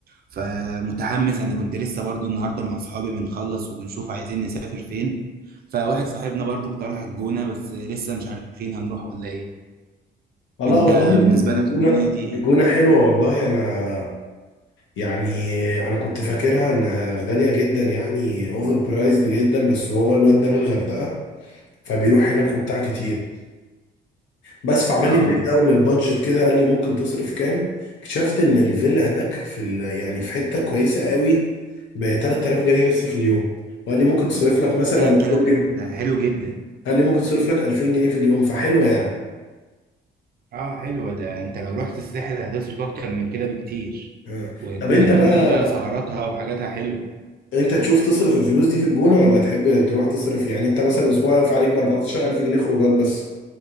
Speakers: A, on the right; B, on the left.
A: فمتحمس انا كنت لسه برضو النهارده مع صحابي بنخلص وبنشوف عايزين نسافر فين فواحد صاحبنا برضو اقترح الجونه بس لسه مش عارفين هنروح ولا ايه
B: والله
A: انت
B: والله
A: بالنسبه
B: الجونه
A: لك الجونه دي ايه
B: الجونه حلوه والله انا يعني انا كنت فاكرها انها غاليه جدا يعني اوفر برايزد جدا بس هو الواد ده من الغردقه فبيروح هناك وبتاع كتير بس فعمل
A: اه
B: لي بريك داون للبادجت كده قال لي ممكن تصرف كام اكتشفت ان الفيلا هناك في ال... يعني في حته كويسه قوي ب 3000 جنيه بس في اليوم وقال لي ممكن تصرف لك مثلا
A: 3000
B: كل
A: جنيه
B: يوم
A: ده حلو جدا
B: قال لي ممكن تصرف لك 2000 جنيه في اليوم فحلوه يعني
A: اه حلوة ده انت لو رحت الساحل هتصرف اكتر من كده بكتير
B: آه.
A: والجونة
B: طب انت
A: كمان
B: بقى
A: بقى سهراتها وحاجاتها حلوة
B: انت تشوف تصرف الفلوس دي في الجونه ولا تحب تروح تصرف يعني انت مثلا اسبوع يقف عليك ب 14000 جنيه خروجات بس